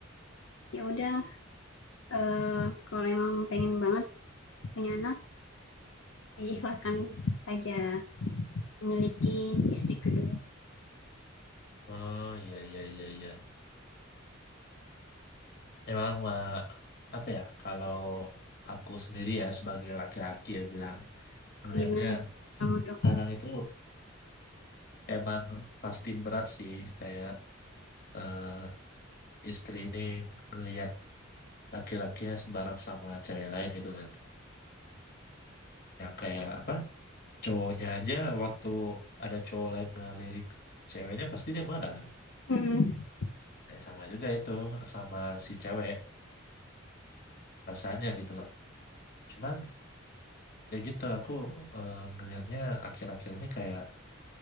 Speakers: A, on the left; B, on the left.
A: Ya udah, eh, kalau emang pengen banget punya anak, diikhlaskan saja memiliki istri kedua.
B: Oh iya iya iya iya. Emang eh, apa ya kalau aku sendiri ya sebagai laki-laki ya bilang melihatnya
A: Gimana tuh kamu tuh?
B: kadang itu emang pasti berat sih kayak eh, istri ini ngelihat laki-lakinya sembarang sama cewek lain gitu kan yang kayak apa cowoknya aja waktu ada cowok lain ngelirik ceweknya pasti dia marah kan
A: Mm-mm.
B: Eh, sama juga itu sama si cewek rasanya gitu loh cuman ya gitu aku eh, ngelihatnya akhir-akhir ini kayak